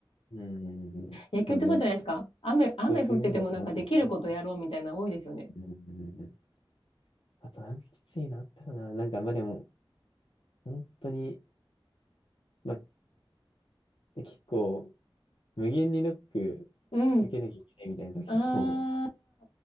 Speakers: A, on the left; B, on the left.
A: うん。
B: 野球ってそうじゃないですか。
A: まあなんか、
B: 雨、雨降っててもなんかできることやろうみたいなの多いですよね。
A: そういうもんだと思ってやってました。うん。あとなんかきついのあったかな。なんかまあでも、本当に、まあ結構、無限にノック
B: うん。
A: 受けなきゃいけないみたいな時とかも、
B: ああ、